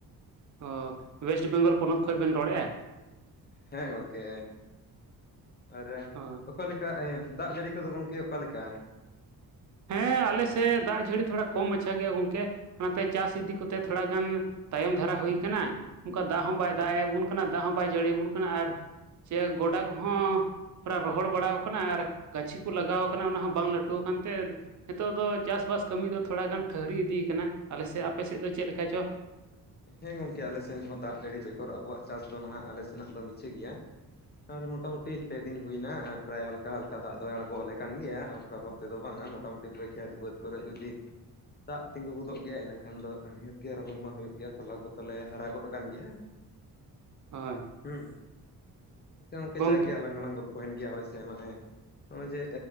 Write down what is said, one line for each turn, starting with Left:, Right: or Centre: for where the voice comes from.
Right: ᱚ ᱳᱭᱮᱥᱴ ᱵᱮᱝᱜᱚᱞ ᱯᱚᱱᱚᱛ
Left: ᱟᱪᱪᱷᱟ
Right: ᱠᱷᱚᱡ ᱵᱮᱱ ᱨᱚᱲᱮᱜᱼᱟ
Left: ᱦᱮᱸ ᱜᱚᱝᱠᱮ, ᱟᱨᱮ
Right: ᱚ
Left: ᱚᱠᱟᱞᱮᱠᱟ ᱤᱭᱟᱹ ᱫᱟᱜᱽ ᱡᱟᱹᱲᱤ ᱠᱚᱫᱚ ᱜᱚᱝᱠᱮ ᱚᱠᱟᱞᱮᱠᱟ?
Right: ᱦᱮᱸ ᱟᱞᱮᱥᱮᱜ ᱫᱟᱜᱽ ᱡᱟᱹᱲᱤ ᱛᱷᱚᱲᱟ ᱠᱚᱢ ᱢᱟᱪᱷᱟ ᱜᱮᱭᱟ ᱜᱚᱝᱠᱮ᱾ ᱚᱱᱟᱛᱮ ᱪᱟᱥ ᱤᱫᱤ ᱠᱚᱛᱮ ᱛᱷᱳᱲᱟ ᱜᱟᱱ ᱛᱟᱭᱚᱢ ᱫᱷᱟᱨᱟ ᱦᱩᱭ ᱠᱟᱱᱟ ᱚᱱᱠᱟ ᱫᱟᱜᱽ ᱦᱚᱸ ᱵᱟᱭ
Left: ᱟᱪᱪᱷᱟ
Right: ᱫᱟᱜᱽ ᱮ ᱟᱵᱚᱱ ᱠᱟᱱᱟ ᱫᱟᱜᱽ ᱦᱚᱸ ᱵᱟᱭ ᱡᱟᱹᱲᱤᱭᱟᱵᱚᱱ ᱠᱟᱱᱟ ᱟᱨ ᱥᱮ ᱜᱚᱰᱟ ᱠᱚᱦᱚᱸ, ᱯᱟᱲᱟᱜ ᱨᱚᱦᱚᱲ ᱵᱟᱲᱟᱣ ᱠᱟᱱᱟ ᱟᱨ ᱜᱟᱹᱪᱷᱤ ᱠᱚ ᱞᱟᱜᱟᱣ ᱟᱠᱟᱱᱟ ᱚᱱᱟ ᱦᱚᱸ ᱵᱟᱝ ᱞᱟᱹᱴᱩ ᱟᱠᱟᱱᱛᱮ ᱱᱤᱛᱚᱜ ᱫᱚ ᱪᱟᱥᱵᱟᱥ ᱠᱟᱹᱢᱤ ᱫᱚ ᱛᱷᱳᱲᱟ ᱜᱟᱱ ᱴᱷᱟᱹᱨᱤ ᱤᱫᱤᱭ ᱟᱠᱟᱱᱟ ᱟᱞᱮᱥᱮᱜ ᱟᱯᱮᱥᱮᱜ ᱫᱚ ᱪᱮᱫ ᱞᱮᱠᱟ ᱪᱚ?
Left: ᱦᱮᱸ ᱜᱚᱝᱠᱮ ᱟᱞᱮ ᱥᱮᱱ ᱦᱚᱸ ᱫᱟᱜᱽ ᱡᱟᱹᱲᱤ ᱵᱮᱜᱚᱨ ᱟᱵᱚᱣᱟᱜ ᱪᱟᱥ ᱫᱚ ᱱᱟᱦᱟᱸᱜ ᱟᱞᱮ ᱥᱮᱱᱟᱜ ᱫᱚ ᱢᱤᱪᱷᱟᱹ ᱜᱮᱭᱟ᱾ ᱟᱨ ᱢᱳᱴᱟᱢᱩᱴᱤ ᱯᱮ ᱫᱤᱱ ᱦᱩᱭᱱᱟ ᱯᱨᱟᱭ ᱦᱟᱞᱠᱟ ᱦᱟᱞᱠᱟ ᱫᱟᱜᱽ ᱫᱚᱭ ᱟᱬᱜᱚᱣᱟᱞᱮ ᱠᱟᱱ ᱜᱮᱭᱟ ᱚᱱᱠᱟ ᱵᱷᱟᱵᱽ ᱛᱮ ᱫᱚ ᱵᱟᱝᱟ, ᱢᱳᱴᱟᱼᱢᱩᱴᱤ ᱵᱟᱹᱭ ᱠᱷᱮᱛ ᱵᱟᱹᱫᱽ ᱠᱚᱨᱮ ᱡᱩᱫᱤ ᱫᱟᱜᱽ ᱛᱤᱸᱜᱩ ᱜᱚᱫᱚᱜ ᱜᱮᱭᱟ ᱤᱱᱟᱹᱠᱷᱟᱱ ᱫᱚ ᱱᱤᱦᱟᱹᱛ ᱜᱮ ᱨᱚᱦᱚᱭ ᱢᱟ ᱦᱩᱭᱩᱜ ᱜᱮᱭᱟ᱾ ᱛᱚᱞᱟ ᱠᱚᱛᱟᱞᱮ ᱦᱟᱨᱟ ᱜᱚᱫ ᱟᱠᱟᱱ ᱜᱮᱭᱟ
Right: ᱦᱳᱭ
Left: ᱦᱮᱸ ᱟᱪᱪᱷᱟ ᱜᱚᱝᱠᱮ
Right: ᱜᱚᱝ
Left: ᱡᱟᱜᱮ ᱟᱞᱟᱝ ᱢᱟᱞᱟᱝ ᱜᱚᱞᱯ ᱯᱚᱭᱮᱱ ᱜᱮᱭᱟ ᱦᱟᱳᱭᱥᱮ ᱢᱟᱱᱮ ᱱᱚᱜᱼᱚᱭ ᱡᱮ